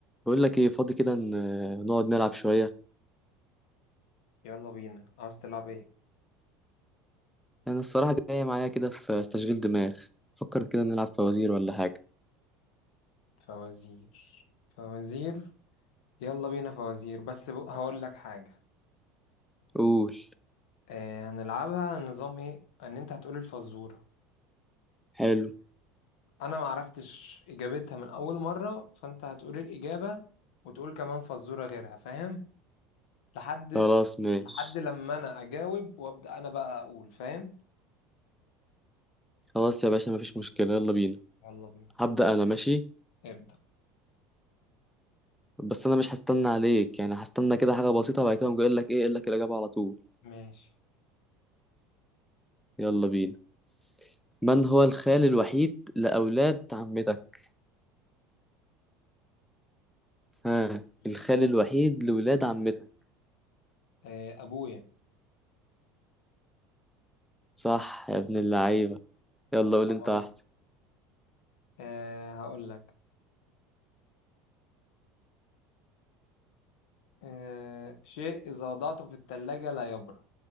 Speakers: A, in the centre; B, on the left.
A: بقول لك ايه فاضي كده ن- نقعد نلعب شوية
B: يلا بينا عاوز تلعب ايه
A: انا الصراحة جاية معايا كده في تشغيل دماغ فكر كده نلعب فوازير ولا حاجة
B: فوازير فوازير يلا بينا فوازير بس ب... هقول لك حاجة
A: قول
B: آه هنلعبها نظام ايه ان انت هتقول الفزورة
A: حلو
B: انا ما عرفتش اجابتها من اول مرة فانت هتقول الاجابة وتقول كمان فزورة غيرها فاهم لحد
A: خلاص ماشي
B: لحد لما انا اجاوب وابدأ انا بقى اقول فاهم
A: خلاص يا باشا مفيش مشكلة يلا بينا
B: يلا بينا
A: هبدأ انا ماشي
B: ابدأ
A: بس انا مش هستنى عليك يعني هستنى كده حاجة بسيطة وبعد كده أقوم جاي اقول لك ايه اقول لك الإجابة على طول
B: ماشي
A: يلا بينا من هو الخال الوحيد لأولاد عمتك ها الخال
B: خال
A: الوحيد لولاد عمتك
B: آه ابويا
A: صح يا ابن اللعيبة يلا قول
B: الله.
A: انت واحدة
B: آه هقول لك آه شيء إذا وضعته في التلاجة لا يبرد